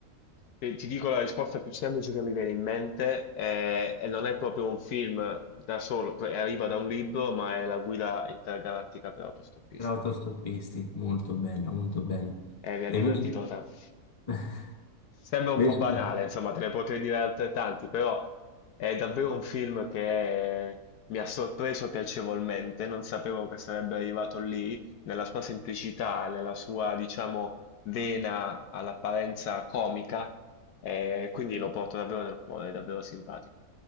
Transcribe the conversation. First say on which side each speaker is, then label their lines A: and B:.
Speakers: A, on the left; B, on the left.
A: ti ti dico la risposta più semplice che mi viene in mente, è- e non è proprio un film da solo, poi arriva da un libro, ma è La guida intergalattica per autostoppisti.
B: per autostoppisti, molto bello, molto bello.
A: E mi ha
B: E
A: divertito
B: invece,
A: tanto.
B: <laughs>
A: Sembra un
B: invece
A: po' banale, insomma, te ne potrei dire altrettanti, però è davvero un film che mi ha sorpreso piacevolmente. Non sapevo che sarebbe arrivato lì, nella sua semplicità, nella sua, diciamo, vena all'apparenza comica, e quindi lo porto davvero nel cuore, è davvero simpatico.